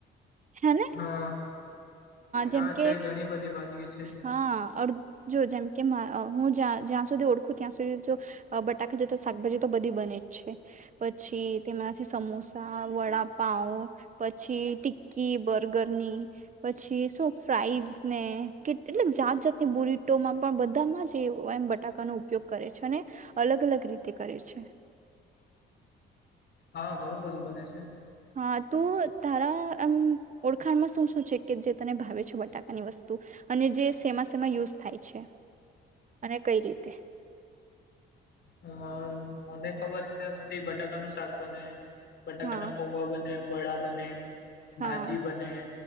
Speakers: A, on the right; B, on the left.
A: હેને
B: હા હા
A: જેમ
B: છે
A: કે
B: ઘણી બધી વાનગી છ
A: હા. અડ જો જેમ કે અહ હું જ્યાં જ્યાં સુધી ઓળખું ત્યાં સુધી જો અહ બટાકા જો તો શાકભાજી તો બધી બને જ છે. પછી તેમાંથી સમોસા, વડાપાંવ પછી ટિક્કી બર્ગરની પછી શું ફ્રાઇઝ ને કેટલીમ જાત જાતની બુરીટોમાં પણ બધામાં જ એ એમ બટાકાનો ઉપયોગ કરે છે. અને અલગ અલગ રીતે કરે છે.
B: હા ઘણું બધું બને છે.
A: હા તું તારા આમ ઓળખાણમાં શું શું છે? કે જે તને ભાવે છે બટાકાની વસ્તુ અને જે સેમા સેમા યુઝ થાય છે? અને કઈ રીતે?
B: અ, મને ખબર છે ત્યાં સુધી, બટાકા નું શાક બને. બટાકા
A: હા
B: ના પૌવા બને. વડા બને.
A: હા
B: ભાજી બને.